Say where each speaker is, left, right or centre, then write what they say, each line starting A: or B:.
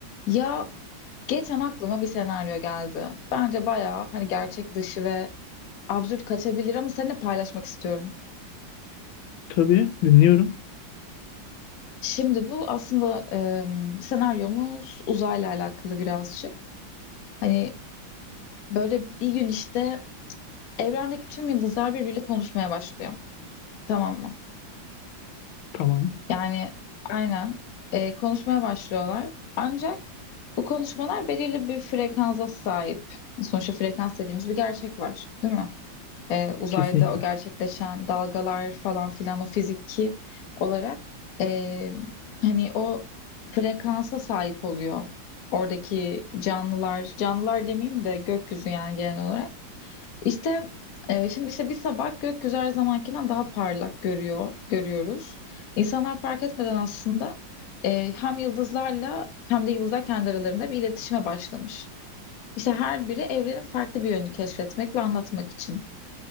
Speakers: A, on the left; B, on the left.
A: Ya geçen aklıma bir senaryo geldi. Bence bayağı hani gerçek dışı ve absürt kaçabilir ama seninle paylaşmak istiyorum.
B: Tabii dinliyorum.
A: Şimdi bu aslında em, senaryomuz uzayla alakalı birazcık. Hani böyle bir gün işte evrendeki tüm yıldızlar birbiriyle konuşmaya başlıyor. Tamam mı?
B: Tamam.
A: Yani aynen e, konuşmaya başlıyorlar. Ancak bu konuşmalar belirli bir frekansa sahip. Sonuçta frekans dediğimiz bir gerçek var, değil mi? e, uzayda
B: Kesinlikle.
A: o gerçekleşen dalgalar falan filan o fiziki olarak e, hani o frekansa sahip oluyor oradaki canlılar canlılar demeyeyim de gökyüzü yani genel olarak işte e, şimdi işte bir sabah gökyüzü her zamankinden daha parlak görüyor görüyoruz İnsanlar fark etmeden aslında e, hem yıldızlarla hem de yıldızlar kendi aralarında bir iletişime başlamış. İşte her biri evrenin farklı bir yönünü keşfetmek ve anlatmak için.